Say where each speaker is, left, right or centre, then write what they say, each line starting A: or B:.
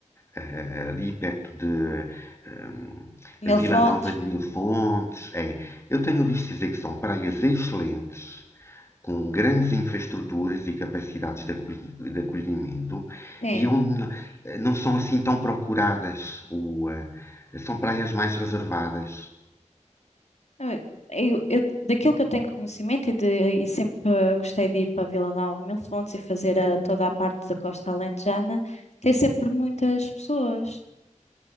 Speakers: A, on the left; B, on the left.
A: eh, ali perto de eh,
B: Mil fontes?
A: Vila Nova de Mil Fontes, é, eu tenho ouvido dizer que são praias excelentes. com grandes infraestruturas e capacidades de, acolhi- de acolhimento
B: Sim.
A: e onde não são assim tão procuradas, o, eh, são praias mais reservadas.
B: Eu, eu- eu- daquilo que eu tenho conhecimento e, de- e sempre eh, gostei de ir para Vila Nova de Mil Fontes e fazer a- toda a parte da Costa Alentejana, tem sempre muitas pessoas.